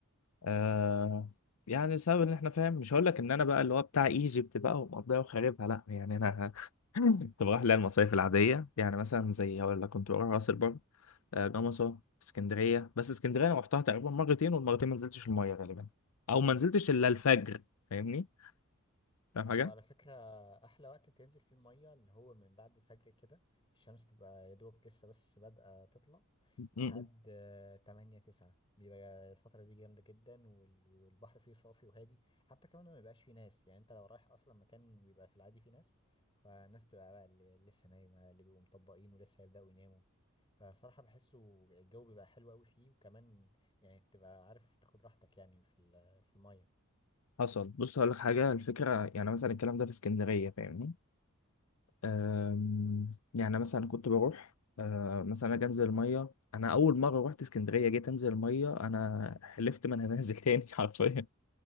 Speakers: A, on the left; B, on the left.
A: آه يعني بسبب ان احنا فاهم مش هقول لك ان انا بقى اللي هو بتاع ايجيبت بقى ومقضيها وخاربها لا يعني انا <laughs> كنت بروح لها المصايف العاديه
B: لا
A: يعني مثلا زي هقول لك كنت بروح راس البر آه، جمصه اسكندريه بس اسكندريه انا رحتها تقريبا مرتين والمرتين ما نزلتش الميه غالبا او ما نزلتش الا الفجر فاهمني فاهم
B: هو
A: حاجه
B: على فكرة أحلى وقت تنزل في المية اللي هو من بعد الفجر كده الشمس تبقى يا دوبك لسه بس بادئة تطلع
A: م-
B: لحد
A: م.
B: آه، تمانية تسعة بيبقى الفترة دي جامدة جدا وال- والبحر فيه صافي وهادي حتى كمان ما بيبقاش فيه ناس يعني أنت لو رايح أصلا مكان بيبقى في العادي فيه ناس فالناس تبقى بقى اللي لسه نايمة اللي بيبقوا مطبقين ولسه هيبدأوا يناموا فصراحة بحسه الجو بيبقى حلو أوي فيه وكمان يعني تبقى عارف تاخد راحتك يعني في ال- في المية
A: حصل بص هقول لك حاجه الفكره يعني مثلا الكلام ده في اسكندريه فاهمني أم، يعني مثلا كنت بروح أه، مثلا اجي انزل الميه انا اول مره رحت اسكندريه جيت انزل الميه انا حلفت ما انا نازل تاني <laughs> حرفيا